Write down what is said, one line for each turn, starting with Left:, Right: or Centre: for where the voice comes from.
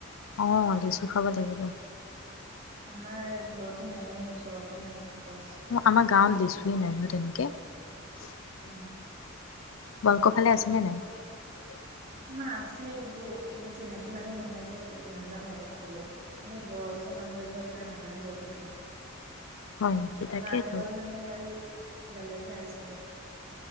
Left: অ লিছো খাব লাগিব
Right: আমাৰ ঘৰতো নায়েই ওচৰতো নাই গছ।
Left: আমাৰ গাঁৱত লেছুৱে নাই নহয় তেনেকে কে।
Right: উম।
Left: তোমালোকৰ ফালে আছেনে নে নাই?
Right: মাৰ আছে, কিন্তু মই চিনাকি মানুহ নহয় যে নাযাওঁ আৰু খাবলৈ এনে ঘৰৰ ওচৰ মানুহকে ঘৰত নাই আমাৰ ঘৰতো নাই।
Left: হয় নেকি তাকেইতো
Right: আমাৰ ঘৰত মানে আৰু বেলেগহে আছে আৰু।